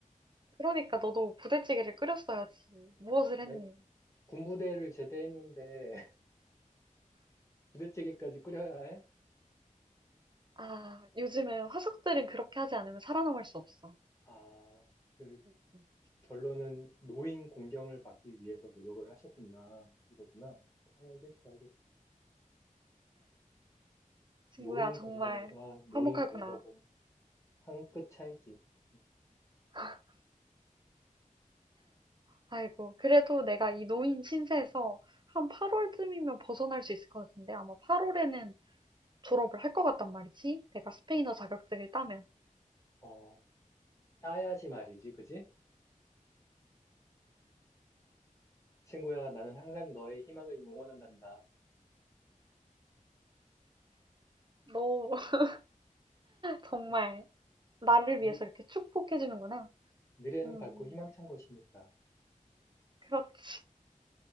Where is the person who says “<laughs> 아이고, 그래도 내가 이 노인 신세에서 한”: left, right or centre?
Right